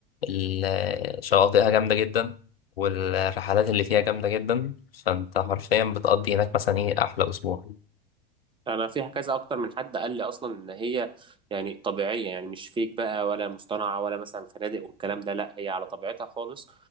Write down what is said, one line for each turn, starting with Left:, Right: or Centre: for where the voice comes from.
Left: الشواطئها جامدة جدا والرحلات اللي فيها جامدة جدا فانت حرفيا بتقضي هناك مثلا ايه احلى اسبوع
Right: انا فيها كذا اكتر من حد قال لي اصلا ان هي يعني طبيعيه يعني مش فيك بقى ولا مصطنعه ولا مثلا فنادق والكلام ده لا هي على طبيعتها خالص